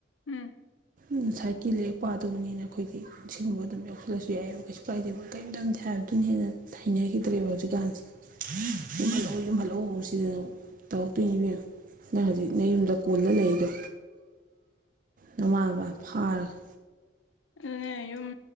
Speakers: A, on the left; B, on the right.
A: ꯎꯝ
B: ꯎꯝ ꯁꯥꯏꯠꯀꯤ ꯂꯥꯏꯔꯤꯛ ꯄꯥꯗꯣꯕꯅꯤꯅ ꯑꯩꯈꯣꯏꯗꯤ ꯁꯤꯒꯨꯝꯕ ꯑꯗꯨꯝ ꯌꯥꯎꯁꯤꯜꯂꯁꯨ ꯌꯥꯏꯑꯦꯕ ꯀꯩꯁꯨ ꯀꯥꯏꯗꯦꯕ ꯀꯔꯤꯝꯇꯝꯗꯦ ꯍꯥꯏꯕꯗꯨꯅ ꯍꯦꯟꯅ ꯍꯩꯅꯈꯤꯗ꯭ꯔꯦꯕ ꯍꯧꯖꯤꯛꯀꯥꯟꯁꯦ ꯌꯨꯝ ꯍꯟꯂꯛꯑꯣ ꯌꯨꯝ ꯍꯟꯂꯛꯑꯣ ꯁꯤꯗ ꯇꯧꯔꯛꯇꯣꯏꯅꯦ ꯏꯕꯦꯝꯃ ꯅꯪ ꯍꯧꯖꯤꯛ ꯅꯌꯨꯝꯗ ꯀꯣꯟꯂ ꯂꯩꯔꯤꯗꯣ ꯅꯃꯥ ꯅꯄꯥ ꯐꯥꯔꯒ
A: ꯑꯗꯨꯅꯦ ꯌꯨꯝ